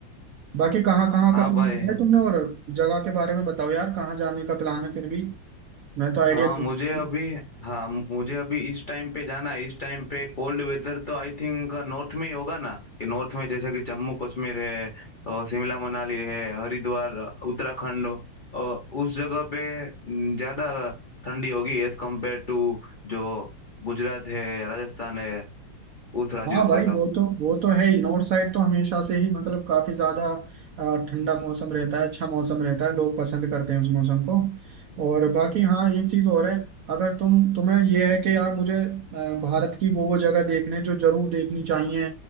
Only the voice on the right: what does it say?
बाकी कहाँ कहाँ
का प्लान
किया है तुमने और जगह के बारे में बताओ यार कहाँ जाने का प्लान है फिर भी मैं तो आइडिया
दे
सकता
हाँ
भाई
वो तो वो तो है ही नॉर्थ साइड तो हमेशा से ही मतलब काफी ज्यादा अ, ठंडा मौसम रहता है अच्छा मौसम रहता है लोग पसंद करते हैं उस मौसम को और बाकी हाँ एक चीज और है अगर तुम तुम्हें यह है कि यार मुझे अ, भारत की वो वो जगह देखने जो जरूर देखनी चाहिए